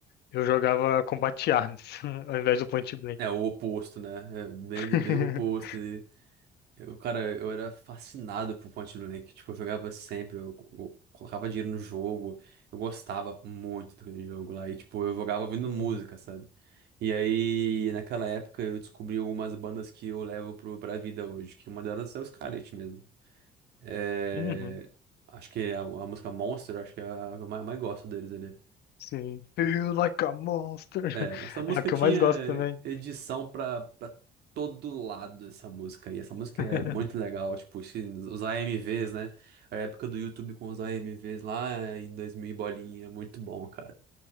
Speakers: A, on the left; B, on the right.
A: eu jogava combat Arms, <laughs> ao invés do Point Blank.
B: É o oposto, né? É bem,
A: <laughs>
B: bem o oposto. Eu, cara, eu era fascinado por Point and Click. Tipo, eu jogava sempre, eu, co- colocava dinheiro no jogo. Eu gostava muito daquele jogo lá. E, tipo, eu jogava ouvindo
A: Sim.
B: música, sabe? E aí, naquela época, eu descobri algumas bandas que eu levo pro, pra vida hoje. Que uma delas é o Scarlett mesmo. É,
A: Uhum,
B: Acho que é a, a música Monster, acho que é a que eu mais, mais gosto deles ali.
A: sim. Feel like a monster.
B: É,
A: <laughs>
B: essa música
A: É a que
B: tinha
A: eu mais gosto também.
B: edição pra, pra todo lado, essa música. E essa música
A: <laughs>
B: é muito legal, tipo, se- os AMVs, né? A época do YouTube com os AMVs lá em 2000 e bolinha, é muito bom, cara.